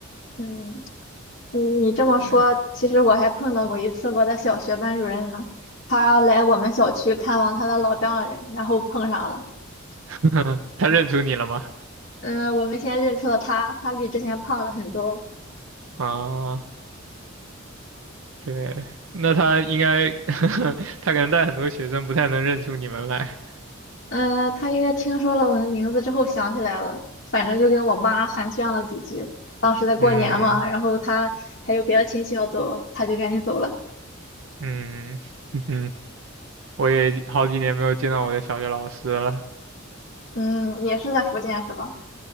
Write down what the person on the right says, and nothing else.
对，
<laughs> 他认出你了吗？
啊，对，那他应该，<laughs> 他可能带很多学生，不太能认出你们来。
嗯
嗯嗯哼，<laughs> 我也好几年没有见到我的小学老师了。